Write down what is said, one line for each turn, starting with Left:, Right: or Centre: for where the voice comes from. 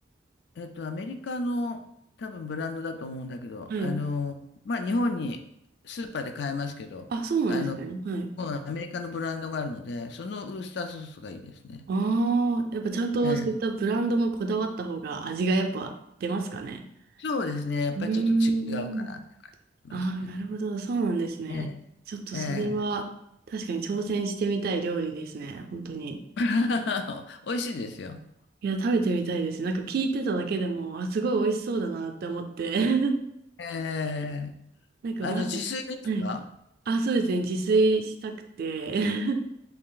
Left: えっと、アメリカの多分ブランドだと思うんだけど、
Right: はい。
Left: あの、まあ、日本にスーパーで買えますけど、
Right: あ、そうなんですね。
Left: あの、
Right: はい。
Left: アメリカのブランドがあるので、そのウースターソースがいいですね。
Right: ああ、やっぱちゃんとそういったブランドもこだわった方が味がやっぱ出ますかね。
Left: ええ、そうですね。やっぱりちょっと違うかなって感じますね。
Right: うーん。ああ、なるほど。そうなんですね。
Left: ええ、
Right: ちょっとそれは確かに挑戦してみたい料理ですね。
Left: ええ。
Right: 本当に。
Left: <laughs> 美味しいですよ。
Right: いや、食べてみたいです。なんか聞いてただけでも、あ、すごい美味しそうだなって思って。<laughs>
Left: ええ。
Right: なんかま、
Left: あの、自炊ですか
Right: はい。あ、そうですね。自炊したくて。<laughs>